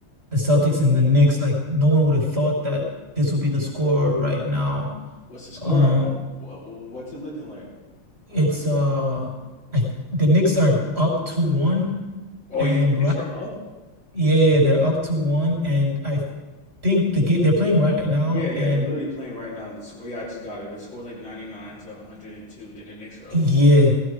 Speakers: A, on the right; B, on the left.
A: the Celtics and the Knicks, like no one would have thought that this would be the score right now.
B: What's the score
A: Um,
B: right now? What, what's it looking like?
A: it's
B: Uh, let's-
A: uh, I the Knicks are up to one
B: oh
A: and
B: yeah, the Knicks
A: right.
B: are up.
A: Yeah, yeah, yeah, they're up to one, and I think the game they're playing right now,
B: Yeah, yeah,
A: and
B: they're literally playing right now. The score, yeah, I just got it. The score's like 99 to 102. Then the Knicks are up.
A: yeah,
B: Like,